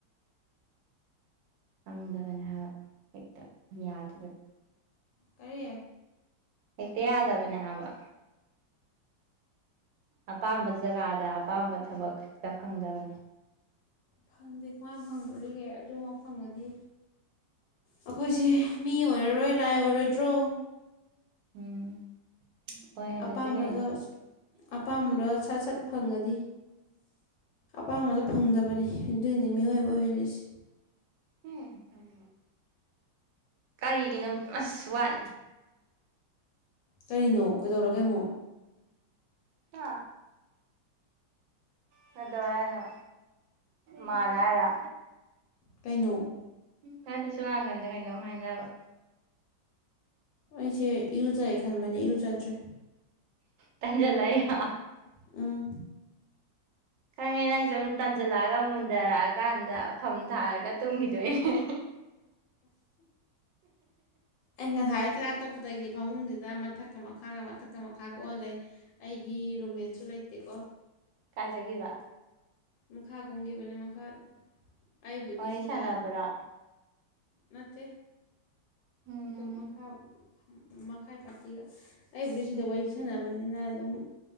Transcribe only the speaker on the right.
ꯍꯪꯗꯕꯅꯦ ꯍꯥꯏꯕ ꯍꯦꯛꯇ ꯌꯥꯗꯕꯅꯤ
ꯍꯦꯛꯇ ꯌꯥꯗꯕꯅꯦ ꯍꯥꯏꯕ ꯑꯄꯥꯝꯕ ꯖꯒꯥꯗ ꯑꯄꯥꯝꯕ ꯊꯕꯛ ꯈꯛꯇ ꯐꯪꯗꯕꯅꯤ
ꯎꯝ ꯑꯣꯏꯍꯜꯂꯁꯤ
ꯀꯩꯅꯣ
ꯍꯝ ꯀꯔꯤꯒꯤꯅꯣ ꯑꯁ ꯋꯥꯠꯂꯤ
ꯍꯥ ꯀꯩꯗꯧꯔꯦ ꯍꯥꯏꯅꯣ ꯃꯥꯜꯂꯦ ꯍꯥꯏꯔ
ꯅꯠꯇꯦ ꯁꯣ ꯅꯥꯀꯟꯗ ꯀꯩꯅꯣꯝ ꯍꯥꯏꯅꯕ꯫
ꯇꯟꯖꯜꯂꯛꯏꯔꯣ
ꯈꯪꯉꯦ ꯅꯪ ꯖꯨꯝ ꯇꯟꯖꯜꯂꯛꯑꯒ ꯃꯨꯟꯗꯔꯛꯑ ꯀꯥꯟꯗ ꯐꯝ ꯊꯥꯔꯒ ꯇꯨꯝꯒꯤꯗꯣꯏꯅꯦ
ꯀꯥꯏ ꯆꯠꯒꯤꯕ
ꯋꯥꯔꯤ
ꯁꯥꯟꯅꯕ꯭ꯔꯣ
ꯎꯝ
ꯎꯝ